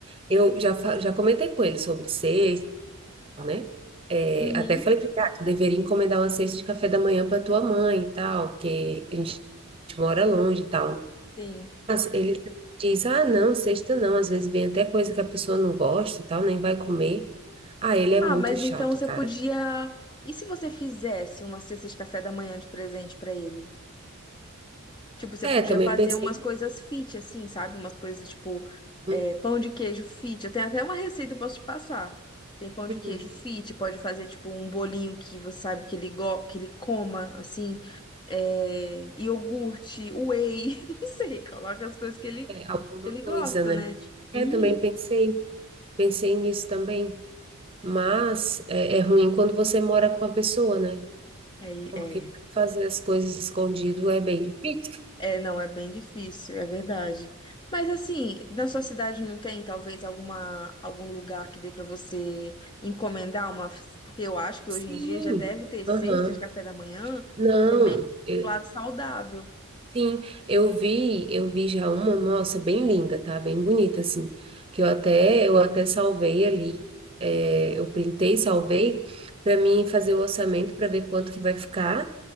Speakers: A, on the right (about 25°); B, on the left (about 20°).
A: eu já, fa- já comentei com ele sobre cesta, né? É,
B: Uhum,
A: até falei para ele, ah, tu deveria encomendar uma cesta de café da manhã para tua mãe e tal, que a gente mora longe e tal.
B: sim.
A: Mas ele diz, ah, não, cesta não, às vezes vem até coisa que a pessoa não gosta e tal, nem vai comer. Ah, ele é
B: Ah,
A: muito
B: mas
A: chato,
B: então você
A: cara.
B: podia. E se você fizesse uma cesta de café da manhã de presente pra ele? Tipo, você
A: É,
B: podia
A: também
B: fazer
A: pensei,
B: umas coisas fit, assim, sabe? Umas coisas tipo
A: hum,
B: é, pão de queijo fit. Eu tenho até uma receita, eu posso te passar. Tem pão de
A: uhum,
B: queijo fit, pode fazer tipo um bolinho que você sabe que ele, go que ele coma, assim. É, iogurte, whey, <laughs> não sei, coloca as coisas que ele,
A: é, alguma
B: ele
A: coisa,
B: gosta,
A: né?
B: né?
A: É,
B: Uhum.
A: também pensei, pensei nisso também. Mas é, é ruim quando você mora com a pessoa, né?
B: É,
A: Porque
B: é.
A: fazer as coisas escondido é bem difícil.
B: É, não, é bem difícil, é verdade. Mas assim, na sua cidade não tem talvez alguma algum lugar que dê para você encomendar uma, porque eu acho que
A: Sim.
B: hoje em dia já deve ter cesta
A: Aham.
B: de café da manhã,
A: Não.
B: é meio que
A: eu,
B: do lado saudável.
A: Sim, eu vi, eu vi já uma, nossa, bem linda, tá? Bem bonita, assim, que eu até, eu até salvei ali, é, eu printei, salvei, para mim fazer o orçamento para ver quanto que vai ficar,